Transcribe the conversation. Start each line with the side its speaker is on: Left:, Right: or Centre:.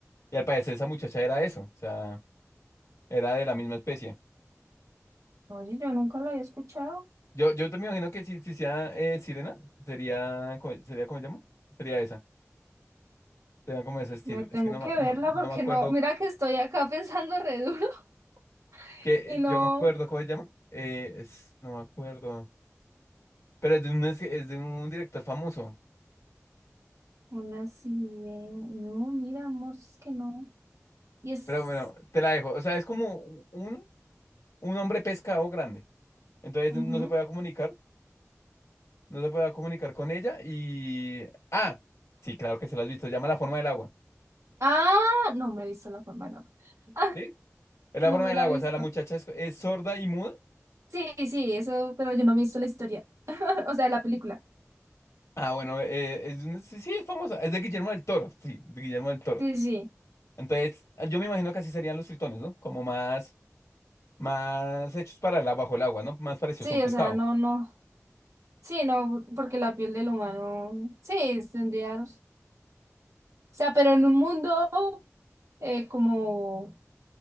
Left: Y al parecer esa muchacha era eso, o sea, era de la misma especie.
Right: Oye, yo nunca la había escuchado.
Left: Yo, yo te me imagino que si, si sea eh, sirena, sería, co- sería, ¿cómo se llama? Sería esa, sería como ese estilo.
Right: Me tengo
Left: Es que no,
Right: que
Left: ma- no,
Right: verla
Left: no
Right: porque
Left: me acuerdo.
Right: no, mira que estoy acá <laughs> pensando re duro <laughs>
Left: Que
Right: y no.
Left: yo me acuerdo, ¿cómo se llama? Eh, es, no me acuerdo. Pero es de un, es, es de un director famoso.
Right: Una sirena. No, mira, amor, es que no. Y es.
Left: Pero bueno, te la dejo. O sea, es como un, un hombre pescado grande. Entonces
Right: ujú.
Left: no se podía comunicar. No se podía comunicar con ella. Y. Ah, sí, claro que se la has visto. se Llama La forma del agua.
Right: Ah, no me he visto la forma, no. <laughs> Ah,
Left: ¿Sí? Es la
Right: no
Left: forma
Right: me
Left: del
Right: la
Left: agua.
Right: he visto.
Left: O sea, la muchacha es, es sorda y muda.
Right: Sí, sí, eso, pero yo no me he visto la historia, <laughs> o sea, la película.
Left: Ah, bueno, eh, es, un- sí, sí, es famosa. Es de Guillermo del Toro. Sí, de Guillermo del Toro.
Right: Sí, sí,
Left: Entonces, yo me imagino que así serían los tritones, ¿no? Como más. más hechos para la, bajo el agua, ¿no? Más parecidos
Right: sí,
Left: a un pescado.
Right: o sea, no, no, sí, no, porque la piel del humano, sí, tendría, o sea, pero en un mundo eh, como,